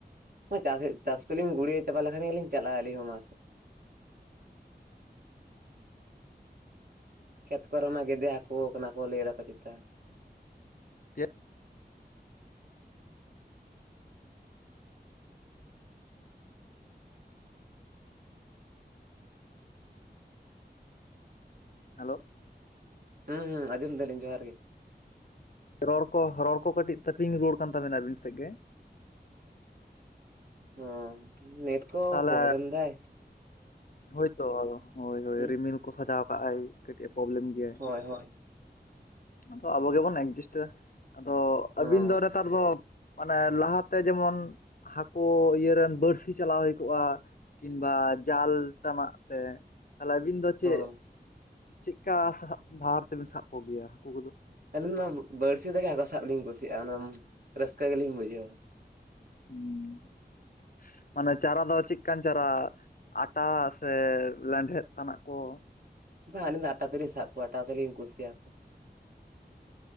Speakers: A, on the right; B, on the left.
A: ᱪᱟᱥ ᱪᱟᱥ ᱠᱚᱞᱤᱧ ᱜᱩᱲᱤᱭᱟᱹ ᱪᱟᱵᱟ ᱞᱮᱠᱷᱟᱱ ᱜᱮᱞᱤᱧ ᱪᱟᱞᱟᱜᱼᱟ ᱟᱹᱞᱤᱧ ᱦᱚᱸ ᱢᱟᱥᱮ᱾ ᱠᱷᱮᱛ ᱠᱚᱨᱮ ᱢᱟ ᱜᱮᱫᱮ ᱦᱟᱹᱠᱩ ᱠᱟᱱᱟ ᱠᱚ ᱞᱟᱹᱭ ᱫᱟᱠᱚ ᱪᱮᱛᱟ᱾
B: ᱪᱮᱫ ᱦᱮᱞᱳ
A: ᱦᱩᱸ ᱦᱩᱸ ᱟᱡᱚᱢ ᱫᱟᱞᱤᱧ ᱡᱚᱦᱟᱨ ᱜᱮ᱾
B: ᱨᱚᱲ ᱠᱚ ᱨᱚᱲ ᱠᱚ ᱠᱟᱹᱴᱤᱡ ᱛᱟᱹᱯᱤᱧ ᱨᱩᱣᱟᱹᱲ ᱠᱟᱱ ᱛᱟᱵᱤᱱᱟ ᱟᱹᱵᱤᱱ ᱥᱮᱫ ᱜᱮ᱾
A: ᱦ ᱱᱮᱮᱴ ᱠᱚ
B: ᱛᱟᱦᱚᱞᱮ
A: ᱯᱨᱚᱵᱞᱮᱢ ᱫᱟᱭ
B: ᱦᱳᱭᱛᱚ ᱦᱳᱭ
A: <unintelligible> ᱦ
B: <unintelligible> ᱠᱟᱜ ᱟᱭ ᱠᱟᱹᱴᱤᱡ ᱯᱨᱚᱵᱞᱮᱢ ᱜᱮᱭᱟᱭ
A: ᱦᱳᱭ ᱦᱳᱭ
B: ᱟᱫᱚ ᱟᱵᱚ ᱜᱮᱵᱚᱱ ᱮᱠᱡᱤᱥᱴᱟ ᱟᱫᱚ
A: ᱦᱚᱸ
B: ᱟᱹᱵᱤᱱ ᱫᱚ ᱱᱮᱛᱟᱨ ᱫᱚ ᱢᱟᱱᱮ ᱞᱟᱦᱟᱛᱮ ᱡᱮᱢᱚᱱ ᱦᱟᱹᱠᱩ ᱤᱭᱟᱹᱨᱮᱱ ᱵᱟᱹᱲᱥᱤ ᱪᱟᱞᱟᱣ ᱦᱩᱭ ᱠᱚᱼᱟ ᱠᱤᱢᱵᱟ ᱡᱟᱞ ᱛᱟᱱᱟᱜ ᱛᱮ ᱛᱟᱦᱚᱞᱮ ᱟᱹᱵᱤᱱ ᱫᱚ ᱪᱮᱫ
A: ᱦᱚᱸ
B: ᱪᱮᱫᱠᱟ ᱥᱟᱵ ᱵᱷᱟᱨ ᱛᱮᱵᱮᱱ ᱥᱟᱵ ᱠᱚᱜᱮᱭᱟ ᱦᱟᱹᱠᱩ ᱠᱚᱫᱚ?
A: ᱟᱹᱞᱤᱧ ᱚᱱᱟ ᱵᱟᱹᱲᱥᱤ ᱛᱮᱜᱮ ᱦᱟᱹᱠᱩ ᱥᱟᱵ ᱞᱤᱧ ᱠᱩᱥᱤᱭᱟᱜᱼᱟ, ᱚᱱᱟ ᱨᱟᱹᱥᱠᱟᱹ ᱜᱮᱞᱤᱧ ᱵᱩᱡᱷᱟᱹᱣᱟ᱾
B: ᱦ ᱢᱟᱱᱮ ᱪᱟᱨᱟ ᱫᱚ ᱪᱮᱫᱠᱟᱱ ᱪᱟᱨᱟ᱾ ᱟᱴᱟ ᱥᱮ ᱞᱮᱸᱰᱮᱫ ᱛᱟᱱᱟᱜ ᱠᱚ᱾
A: ᱵᱟᱝ ᱟᱹᱞᱤᱧ ᱫᱚ ᱟᱴᱟ ᱛᱮᱞᱤᱧ ᱥᱟᱵ ᱠᱚᱣᱟ ᱟᱴᱟ ᱛᱮᱞᱤᱧ ᱠᱩᱥᱤᱭᱟᱠᱚ᱾